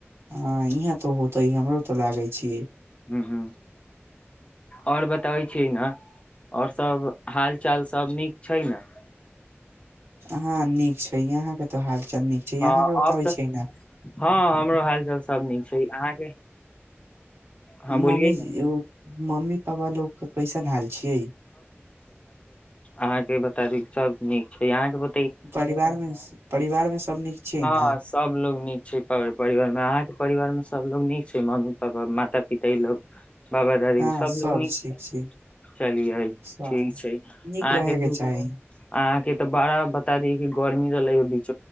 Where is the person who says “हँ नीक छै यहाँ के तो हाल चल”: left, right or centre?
Right